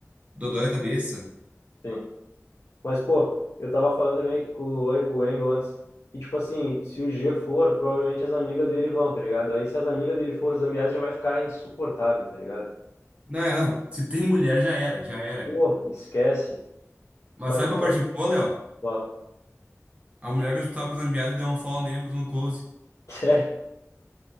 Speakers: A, on the right (about 25°); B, on the left (about 70°).
A: dodói da cabeça.
B: sim. Mas, pô, eu tava falando também com o Lua e com o Engel antes. E, tipo assim, se o G for, provavelmente as amigas dele vão, tá ligado? Aí, se as amigas dele for, o Zambiase já vai ficar insuportável, tá ligado?
A: Não, é, não. Se tem mulher, já era, já era.
B: Pô, esquece.
A: Mas
B: Mas,
A: sabe
B: pô,
A: uma parte boa, Léo?
B: ó,
A: A mulher que eu disputava com o Zambiasi deu um follow nele e botou no close.
B: <laughs> sério,